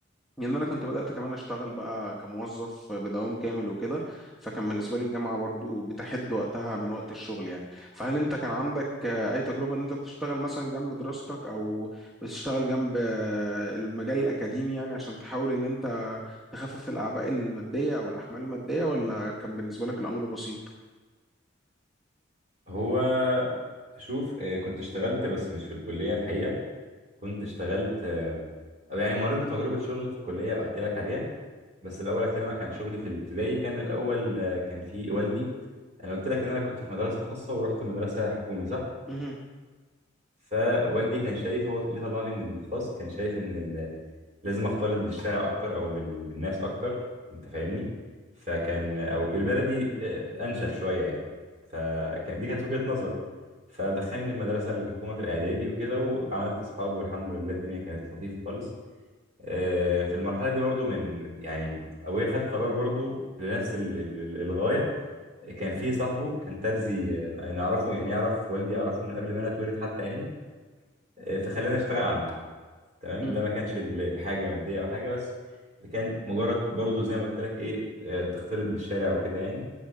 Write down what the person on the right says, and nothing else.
هو شوف آه، كنت اشتغلت بس مش في الكلية الحقيقة كنت اشتغلت آه، او يعني مريت بتجربه شغل في الكليه بحكي لك عليها بس الاول اكلمك عن شغلي في الابتدائي كان الاول آه، كان في والدي انا قلت لك ان انا كنت في مدرسه خاصه ورحت مدرسه حكومي صح
فوالدي كان شايف هو اللي طلعني من الخاص كان شايف ان ال- لازم اختلط بالشارع اكتر او بال- بالناس اكتر انت فاهمني فكان او بالبلدي آه، انشف شويه يعني فكان دي كانت وجهه نظره فدخلني المدرسه الحكومه في الاعدادي وكده وعملت اصحاب والحمد لله الدنيا كانت لطيفه خالص آه، في المرحلة دي برضو من يعني أبويا خد قرار برضو لنفس ال- ال- ال- الغاية كان في صاحبه كان ترزي آه، نعرفه يعني يعرف والدي يعرفه من قبل ما أنا اتولد حتى يعني آه، فخلاني أشتغل عنده تمام
ده ما كانش ال- الحاجة مادية أو حاجة بس كان مجرد برضو زي ما قلت لك إيه آه، تختلط بالشارع وكده يعني